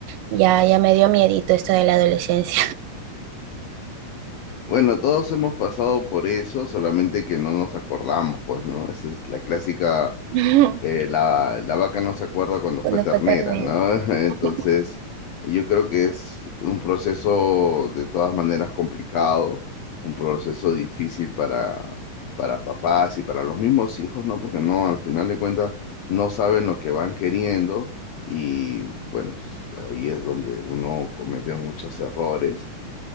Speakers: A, on the right; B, on the left.
A: ya, ya me dio miedito esto de la adolescencia,
B: Bueno, todos hemos pasado por eso, solamente que no nos acordamos, pues, ¿no? Esa es la clásica,
A: <laughs>
B: eh, la, la vaca no se acuerda cuando
A: cuando
B: fue ternera,
A: fue ternero.
B: ¿no? <laughs> Entonces,
A: <laughs>
B: yo creo que es un proceso de todas maneras complicado, un proceso difícil para, para papás y para los mismos hijos, ¿no? Porque no, al final de cuentas, no saben lo que van queriendo y, bueno, ahí es donde uno comete muchos errores